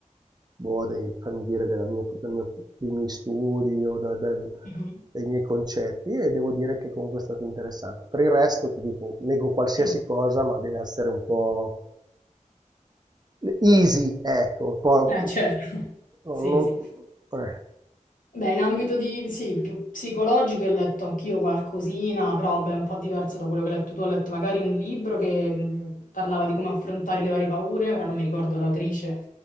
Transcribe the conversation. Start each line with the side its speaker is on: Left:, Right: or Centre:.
Right: boh, dai- fammi dire, della mia- dal mio- dei miei studi o da- dal-
Left: Mhm,
Right: dai miei concetti e devo dire che comunque è stato interessante. Per il resto ti dico, leggo qualsiasi
Left: mm.
Right: cosa, ma deve essere un po' easy, ecco, un po'...
Left: Eh, certo.
Right: no,
Left: Sì,
Right: non-
Left: sì.
Right: eh,
Left: Beh, in ambito di, sì, più psicologico ho letto anch'io qualcosina, però beh, un po' diverso da quello che hai letto tu. Ho letto magari un libro che mh, parlava di come affrontare le varie paure, ora non mi ricordo l'autrice,